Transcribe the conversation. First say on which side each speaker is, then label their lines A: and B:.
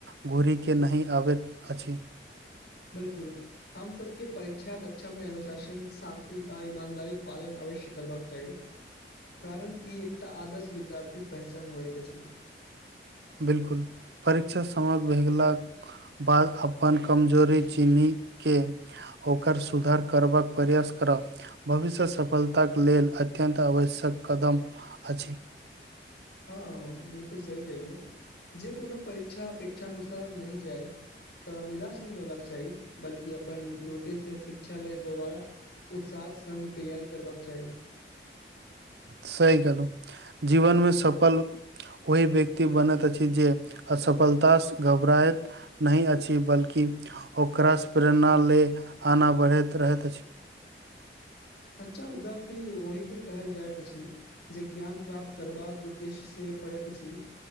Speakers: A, on the right; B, on the left.
A: घुरी के नही आबैत अछि।
B: बिलकुल। हम सबके परीक्षा कक्षा मे अनुशासन, सान्ति आ ईमानदारिक पालन अवश्य करबाक चाही। कारन, ई एकटा आदर्श विद्यार्थीक पहचान होइत अछि।
A: बिलकुल परीक्षा समाप्त भए गेलाक बाद अपन कमजोरी चीनिके ओकर सुधार करबाक प्रयास करऽ भविष्य सफलताक लेल अत्यन्त आवश्यक कदम अछि।
B: हाँ बिलकुल सही कहेलियौ। जे कोनो परीक्षा अपेक्षाानुसार नइ जाइ। त निराश नहि होयबाक चाही, बल्कि अपन त्रुटि से शिक्षा ले दोबारा उत्साहक संग तैयारी करबाक चाही।
A: सही कहलहु, जीवन मऽ सफल ओहि व्यक्ति बनत अछि जे असफलतास घबराइत नहि अछि, बल्कि ओकरास प्रेरणा ले आना बढ़ैत रहैत अछि।
B: सच्चा विद्यार्थी ओहि के कहल जाइत अछि जे ज्ञान प्राप्त करबाक उद्देश्य से पड़ैत अछि।